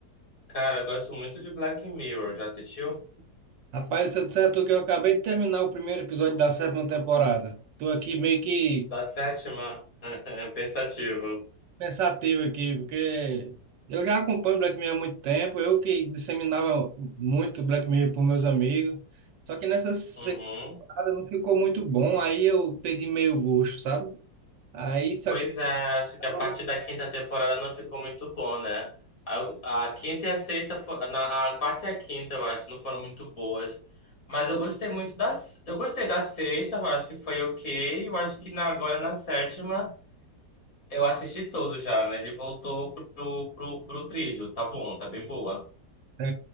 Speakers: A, on the left; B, on the right.
A: Cara, eu gosto muito de Black Mirror, já assistiu?
B: Rapaz, se eu disser a tu que eu acabei de terminar o primeiro episódio da sétima temporada. Tô aqui meio que
A: Da sétima? <laughs> Pensativo.
B: Pensativo aqui, porque eu já acompanho Black Mirror há muito tempo, eu que disseminava muito Black Mirror para meus amigos, só que nessa temporada
A: Uhum.
B: não ficou muito bom, aí eu perdi meio gosto, sabe? Aí, só
A: Pois
B: que
A: é, acho que
B: agora,
A: a partir da quinta temporada não ficou muito bom, né? A, a quinta e a sexta, fo- na, a quarta e a quinta, eu acho, não foram muito boas. Mas eu gostei muito das. Eu gostei da sexta, eu acho que foi ok. Eu acho que na, agora na sétima. Eu assisti todo já, né? Ele voltou pro, pro, pro trilho. Tá bom, tá bem boa.
B: é,